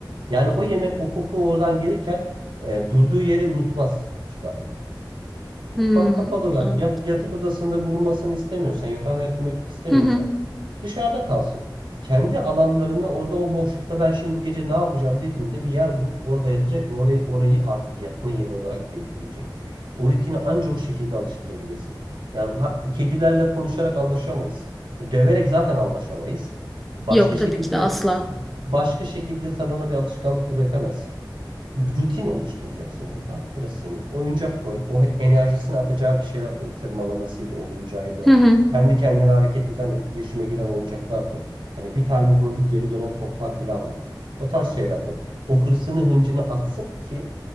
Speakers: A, on the right (about 80°); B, in the centre.
A: Yani o yemek o koku oradan gelirken e, durduğu yeri unutmaz hiçbir hayvan. Mutfak
B: hmm,
A: kapalı ver.
B: anladım.
A: Yat, yatak odasında bulunmasını istemiyorsan, yatağına yatmak istemiyorsan
B: Hı hı.
A: dışarıda kalsın. Kendi alanlarında orada o boşlukta ben şimdi bu gece ne yapacağım dediğinde bir yer bulup orada yatacak ve orayı, orayı artık yatma yeri olarak belirleyecek. O rutini anca o şekilde alıştırabilirsin. Yani ha- kedilerle konuşarak anlaşamayız. Döverek zaten anlaşamayız. Başka
B: Yok
A: şekilde
B: tabii ki de asla.
A: başka şekilde sen ona bir alışkanlık üretemezsin rutin oluşturacaksın onu. Bak burası senin. Oyuncak koy. O enerjisini atacağı bir şeyler koy. Tırmalamasıydı, oyuncağıydı.
B: Hı hı.
A: Kendi kendine hareket eden, etkileşime giren oyuncaklar koy. Hani bir tane vurdu geri dönen toplar falan var. O tarz şeyler koy. O hırsını, hıncını atsın ki